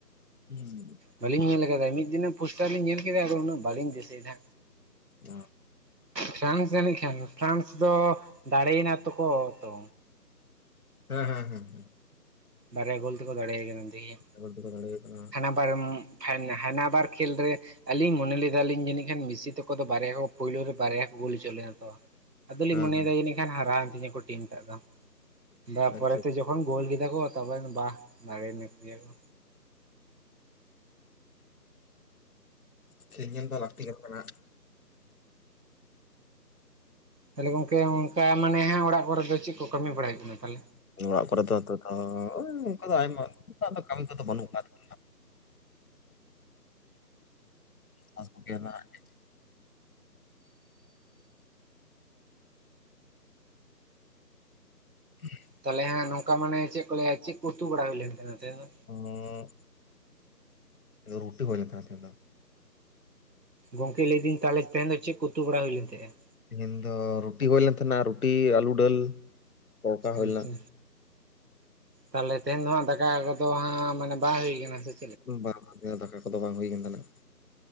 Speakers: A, on the left; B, on the right.
A: ᱦᱩᱸ᱾
B: ᱵᱟᱞᱤᱧ ᱧᱮᱞ ᱠᱟᱫᱟ ᱢᱤᱫ ᱫᱤᱱ ᱯᱳᱥᱴᱟᱨᱞᱤᱧ ᱧᱮᱞ ᱠᱮᱫᱟ ᱟᱫᱚ ᱩᱱᱟᱹᱜ ᱵᱟᱞᱤᱧ ᱫᱤᱥᱟᱹᱭᱮᱫᱟ᱾
A: ᱚ᱾
B: ᱯᱷᱨᱟᱱᱥ ᱡᱟᱹᱱᱤᱡ ᱠᱷᱟᱱ ᱯᱷᱨᱟᱱᱥ ᱫᱚ ᱫᱟᱲᱮᱭᱮᱱᱟ ᱛᱚᱠᱚ ᱛᱚ
A: ᱦᱮᱸ ᱦᱮᱸ ᱦᱮᱸ ᱦᱮᱸ᱾
B: ᱵᱟᱨᱭᱟ ᱜᱳᱞ ᱛᱮᱠᱚ ᱫᱟᱲᱮᱭ ᱠᱟᱱᱟ, ᱫᱤᱭᱮ
A: ᱜᱳᱞ‌ ᱛᱮᱠᱚ ᱫᱟᱲᱮᱭ ᱠᱟᱱᱟ᱾
B: ᱵᱟᱝ ᱯᱷᱟᱭ ᱦᱟᱱᱟ ᱵᱟᱨ ᱠᱷᱮᱞ ᱨᱮ ᱟᱞᱤᱧ ᱢᱚᱱᱮ ᱞᱮᱫᱟᱟᱞᱤᱧ ᱡᱟᱹᱱᱤᱡ ᱠᱷᱟᱱ ᱢᱤᱥᱤ ᱛᱟᱠᱚ ᱫᱚ ᱵᱟᱨᱭᱟ ᱯᱳᱭᱞᱳ ᱨᱮ ᱵᱟᱨᱭᱟ ᱠᱚ ᱜᱳᱞ ᱦᱚᱪᱚ ᱞᱮᱠ-ᱟ ᱠᱚ᱾ ᱟᱫᱚᱞᱤᱧ
A: ᱦᱮᱸ
B: ᱢᱚᱱᱮᱭᱮᱫᱟ
A: ᱦᱮᱸ
B: ᱡᱟᱹᱱᱤᱡ ᱠᱷᱟᱱ ᱦᱟᱨᱟᱣᱮᱱ ᱛᱤᱧᱟ ᱠᱚ ᱴᱤᱢ ᱴᱟᱜ ᱫᱚ ᱛᱟᱨ ᱯᱚᱨᱮ
A: ᱟᱪᱪᱷᱟ
B: ᱛᱮ ᱡᱚᱠ ᱛᱚᱠᱷᱚᱱ ᱜᱳᱞ ᱠᱮᱫᱟ ᱠᱚ ᱛᱟᱯᱚᱨᱮ ᱵᱟᱦ ᱫᱟᱲᱮᱭᱮᱱ ᱜᱮᱭᱟᱠᱚ᱾
A: ᱠᱷᱮᱞ ᱧᱮᱞ ᱫᱚ ᱞᱟᱹᱠᱛᱤ ᱜᱮ ᱠᱟᱱᱟ᱾
B: ᱛᱟᱦᱚᱞᱮ ᱜᱚᱝᱠᱮ ᱚᱱᱠᱟ ᱢᱟᱱᱮ ᱦᱟᱸᱜ ᱚᱲᱟᱜ ᱠᱚᱨᱮ ᱫᱚ ᱪᱮᱫ ᱠᱚ ᱠᱟᱹᱢᱤ ᱵᱟᱲᱟᱭ ᱦᱩᱭᱩᱜ ᱠᱟᱱᱟ ᱛᱟᱦᱚᱞᱮ?
A: ᱚᱲᱟᱜ ᱠᱚᱨᱮ ᱫᱚ ᱱᱤᱛᱚᱜ ᱫᱚ ᱳ ᱚᱱᱠᱟ ᱫᱚ ᱟᱭᱢᱟ ᱫᱚ ᱠᱟᱹᱢᱤ ᱠᱚᱫᱚ ᱵᱟᱹᱱᱩᱜ ᱟᱠᱟᱣ <unintelligible> ᱦᱮᱸ᱾
B: ᱛᱟᱦᱚᱞᱮ ᱦᱟᱸᱜ ᱱᱚᱝᱠᱟ ᱢᱟᱱᱮ ᱪᱮᱫ ᱠᱚ ᱞᱟᱹᱭᱟ ᱪᱮᱫ ᱠᱚ ᱩᱛᱩ ᱵᱟᱲᱟ ᱦᱩᱭ ᱞᱮᱱᱟ ᱛᱟᱦᱮᱧ ᱫᱚ
A: ᱩᱸ ᱨᱩᱴᱤ ᱦᱩᱭ ᱞᱮᱱ ᱛᱟᱦᱮ ᱛᱮᱦᱮᱧ ᱫᱚ᱾
B: ᱜᱚᱝᱠᱮ ᱞᱟᱹᱭᱫᱟᱹᱧ ᱛᱟᱦᱚᱞᱮ ᱛᱮᱦᱮᱧ ᱫᱚ ᱪᱮᱫ ᱠᱚ ᱩᱛᱩ ᱵᱟᱲᱟ ᱦᱩᱭ ᱞᱮᱱ ᱛᱟᱦᱮᱸᱜᱼᱟ?
A: ᱛᱮᱦᱮᱧ ᱫᱚ ᱨᱩᱴᱤ ᱦᱩᱭ ᱞᱮᱱ ᱛᱟᱦᱮᱱᱟ ᱨᱩᱴᱤ ᱟᱹᱞᱩ ᱰᱟᱹᱞ᱾ ᱛᱚᱲᱠᱟ ᱦᱩᱭ
B: ᱟᱪᱪᱷᱟ,
A: ᱞᱮᱱᱟ
B: ᱛᱟᱦᱚᱞᱮ ᱛᱮᱦᱮᱧ ᱫᱚ ᱦᱟᱸᱜ ᱫᱟᱠᱟ ᱠᱚᱫᱚ ᱦᱟᱸᱜ ᱢᱟᱱᱮ ᱵᱟᱝ ᱦᱩᱭ ᱠᱟᱱᱟ ᱥᱮ ᱪᱮ
A: ᱵᱟᱝ ᱫᱟᱠᱟ ᱠᱚᱫᱚ ᱵᱟᱝ ᱦᱩᱭ ᱠᱟᱱ ᱛᱟᱞᱮᱭᱟ ᱾